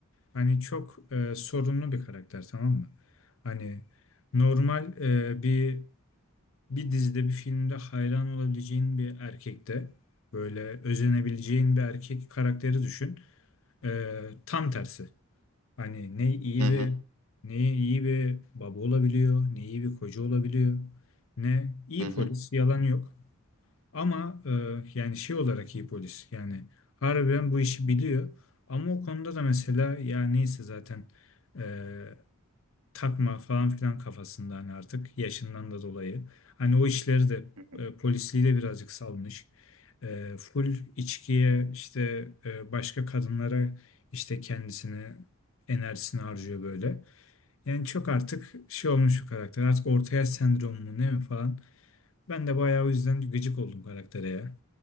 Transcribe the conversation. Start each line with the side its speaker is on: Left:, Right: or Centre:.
Left: Hani çok ee, sorunlu bir karakter tamam mı? Hani normal ee, bir bir dizide, bir filmde hayran olabileceğin bir erkekte, böyle özenebileceğin bir erkek karakteri düşün. Ee, tam tersi. Hani ne iyi
Right: Hı
Left: bir
Right: hı.
Left: ne iyi bir baba olabiliyor, ne iyi bir koca olabiliyor, ne iyi
Right: Hı hı.
Left: polis, yalan yok. Ama e, yani şey olarak iyi polis. Yani harbiden bu işi biliyor. Ama o konuda da mesela ya neyse zaten e, takma falan filan kafasında hani artık yaşından da dolayı. Hani o işleri de
Right: Hı hı.
Left: e, polisliği de birazcık salmış. E, full içkiye işte e, başka kadınlara işte kendisini enerjisini harcıyor böyle. Yani çok artık şey olmuş bu karakter. Artık orta yaş sendromu mu ne mi falan. Ben de bayağı o yüzden gıcık oldum karaktere ya.